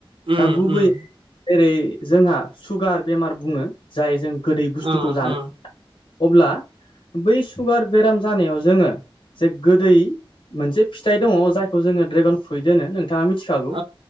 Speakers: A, on the right; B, on the left.
A: उम
B: दा गुबैयै
A: उम
B: जेरै जोंहा सुगार बेमार बुङो। जाय जों गोदै बुस्थुखौ
A: ओ
B: जानो हाया
A: ओ
B: अब्ला बै सुगार बेराम जानायाव जोंङो जे गोदै मोनसे फिथाइ दङ जायखौ जोंङो ड्रेगन फ्रुइद होनो नों नोंथाङा मिथिखागौ
A: ओ